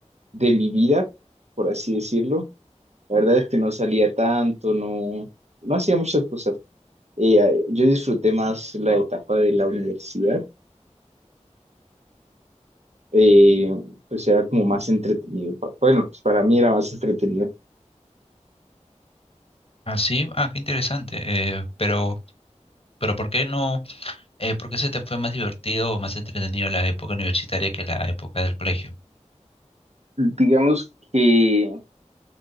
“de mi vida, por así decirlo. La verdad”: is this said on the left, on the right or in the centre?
Right